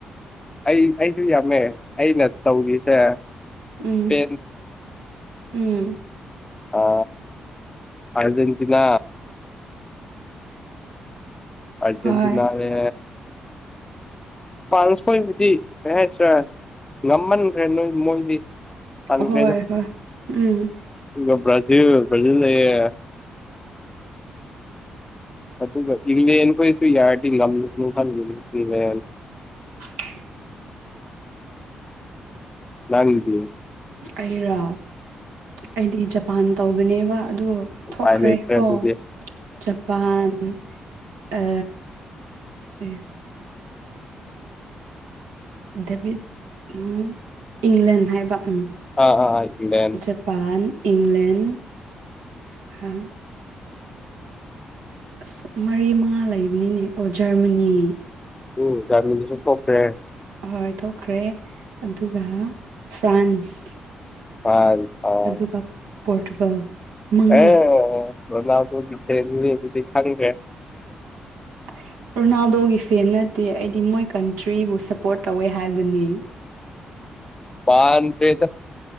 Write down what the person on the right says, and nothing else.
ꯎꯝ
ꯎꯝ
ꯍꯣꯏ
ꯍꯣꯏ
ꯍꯣꯏ ꯎꯝ
<unintelligible> <inaudible>
ꯑꯩꯔꯥ ꯑꯩꯗꯤ ꯖꯄꯥꯟ ꯇꯧꯕꯅꯦꯕ ꯑꯗꯨ
ꯊꯣꯛꯈ꯭ꯔꯦ
ꯀꯣ
ꯖꯄꯥꯟ ꯑ ꯆꯁ ꯕꯤ ꯑ <unintelligible> <inaudible> ꯏꯪꯂꯦꯟ ꯍꯥꯏꯕ ꯎꯝ
ꯖꯄꯥꯟ ꯏꯪꯂꯦꯟ ꯀꯥ ꯑꯁ ꯃꯔꯤ ꯃꯉꯥ ꯂꯩꯕꯅꯤꯅꯦ ꯑꯣ ꯖꯔꯃꯅꯤ
ꯍꯣꯏ ꯊꯣꯛꯈ꯭ꯔꯦ ꯑꯗꯨꯒ ꯐ꯭ꯔꯥꯟꯁ
ꯑꯗꯨꯒ ꯄꯣꯔꯇꯨꯒꯜ ꯃꯉꯥ
ꯍ <unintelligible> <inaudible> ꯔꯣꯅꯥꯜꯗꯣꯒꯤ ꯐꯦꯟ ꯅꯠꯇꯦ ꯑꯩꯗꯤ ꯃꯣꯏ ꯀꯟꯇ꯭ꯔꯤꯕꯨ ꯁꯞꯄꯣꯔꯠ ꯇꯧꯋꯦ ꯍꯥꯏꯕꯅꯤ